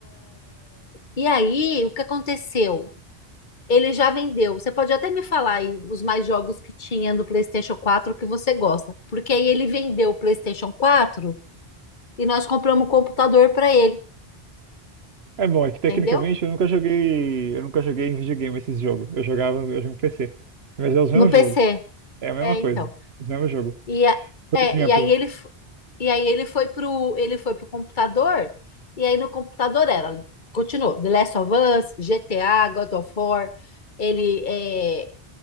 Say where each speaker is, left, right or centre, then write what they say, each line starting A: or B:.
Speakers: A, on the left (about 50°); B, on the right (about 80°).
A: E aí, o que aconteceu? Ele já vendeu. Você pode até me falar aí os mais jogos que tinha no PlayStation quatro que você gosta. Porque aí ele vendeu o PlayStation quatro e nós compramos um computador para ele,
B: É bom, é que tecnicamente
A: entendeu?
B: eu nunca joguei, eu nunca joguei em videogame esses jogos. Eu jogava, eu jogo em PC. Mas é os mesmos
A: No PC.
B: jogos. É a mesma
A: É,
B: coisa,
A: então.
B: é o mesmo jogo.
A: E, a-
B: Por
A: é,
B: exemplo,
A: e aí ele f- e aí ele foi pro ele foi pro computador e aí no computador era continuou The Last of Us, GTA, God of War, ele é,